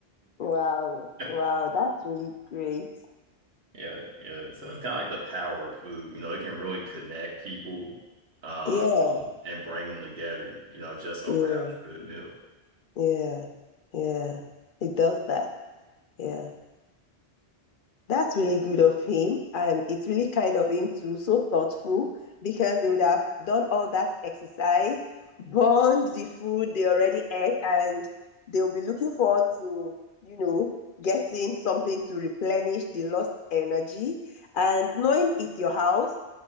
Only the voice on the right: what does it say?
<laughs>
Yeah, yeah. So it's kind of like the power of food. You know, it can really connect people uh,
um, and bring them together, you know, just over
having a good meal.